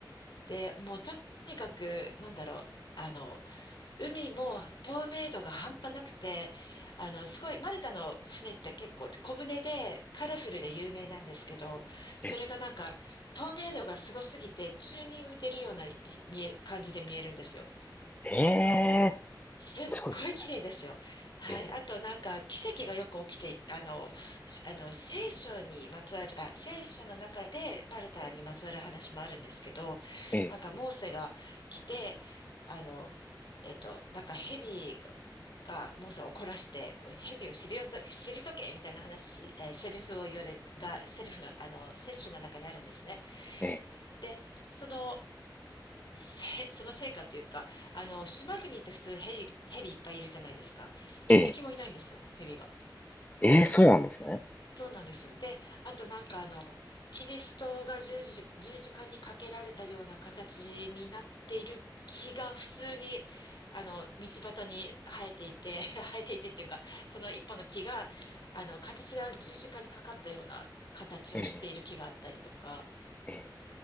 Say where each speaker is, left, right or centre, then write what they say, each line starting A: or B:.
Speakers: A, on the left; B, on the left.
A: で、もうとにかく、なんだろう、あの、海も透明度が半端なくて、あの、すごい、マルタの船って結構小舟でカラフルで有名なんですけど、それがなんか透明度がすごすぎて宙に浮いてるような見え、
B: え
A: 感じで見えるんですよ。
B: えええ
A: すっごい綺麗ですよ。
B: すごいですね。
A: はい。
B: え
A: あとなんか奇跡がよく起きてい、あの、しあの、聖書にまつわる、あ、聖書の中でマルタにまつわる話もあるんですけど、
B: ええ
A: なんかモーセが来て、あの、えっと、なんか蛇が、がモーセを怒らして、もう蛇を退ぞ退けみたいな話、えーセリフを言われ、が、セリフの、あの、聖書の中にあるんですね。
B: ええ
A: で、その、せ、<laughs> その成果というか、あの、島国って普通ヘビ、ヘビいっぱいいるじゃないですか。一匹もいないんですよ、
B: ええ
A: ヘビが。
B: ええそうなんですね。
A: そうなんですよ。で、あとなんかあの、キリストが十字、十字架にかけられたような形になっている木が普通に、あの、道端に生えていて、<laughs> 生えていてっていうか、その一本の木が、あの、形が十字架にかかったような形をしている木があったりとか、
B: えええ